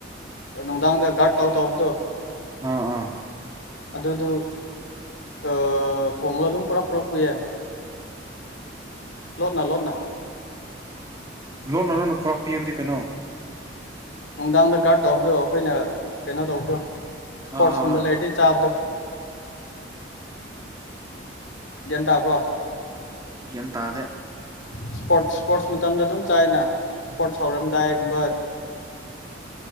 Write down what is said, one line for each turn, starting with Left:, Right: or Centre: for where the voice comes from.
Left: ꯅꯨꯡꯗꯥꯡꯗ ꯒꯥꯔꯗ ꯇꯧ ꯇꯧꯕꯗꯣ꯫
Right: ꯑꯥ ꯑꯥ꯫
Left: ꯑꯗꯨꯗꯨ ꯑꯥ ꯊꯣꯡꯂ ꯑꯗꯨꯝ ꯄꯨꯔꯛ ꯄꯨꯔꯛꯄ ꯌꯥꯢ꯫ ꯂꯣꯠꯅ ꯂꯣꯟꯅ꯫
Right: ꯂꯣꯟꯅ ꯂꯣꯟꯅ ꯄꯨꯔꯥꯛꯄꯤ ꯑꯕꯗꯤ ꯀꯩꯅꯣ꯫
Left: ꯅꯨꯡꯗꯥꯡꯗ ꯒꯥꯔꯗ ꯇꯧꯕꯗꯨ ꯑꯈꯣꯏꯅ ꯀꯩꯅꯣ ꯇꯧꯕꯗꯣ ꯏꯁꯀꯣꯔꯠꯁ
Right: ꯑꯥ ꯑꯥ
Left: ꯀꯨꯝꯕ
Right: ꯑꯥ
Left: ꯂꯩꯔꯗꯤ ꯆꯥꯕꯗꯣ꯫ ꯒ꯭ꯌꯥꯟ ꯇꯥꯕ꯭ꯔꯣ꯫
Right: ꯀꯩꯝ ꯇꯥꯗꯦ꯫
Left: ꯏꯁꯄꯣꯔꯠꯁ ꯏꯁꯄꯣꯔꯠꯁ ꯃꯇꯝꯗ ꯑꯗꯨꯝ ꯆꯥꯏꯅ ꯏꯁꯄꯣꯔꯠꯁ ꯍꯧꯔꯝꯗꯥꯏꯒꯨꯝꯕ꯫